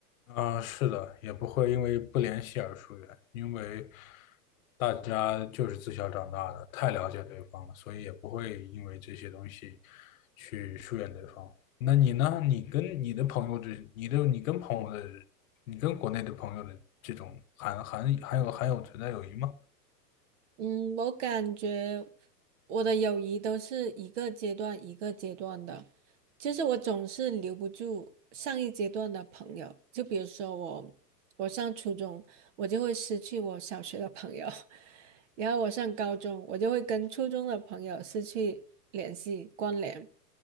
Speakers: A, on the left; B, on the right.
A: 嗯，是的，也不会因为不联系而疏远，因为大家就是自小长大的，太了解对方了，所以也不会因为这些东西去疏远对方。那你呢？你跟你的朋友之，你的你跟朋友的，你跟国内的朋友的这种还还还有还有存在友谊吗？
B: 嗯，我感觉我的友谊都是一个阶段一个阶段的，就是我总是留不住上一阶段的朋友。就比如说我，我上初中，我就会失去我小学的朋友，<laughs> 然后我上高中，我就会跟初中的朋友失去联系关联，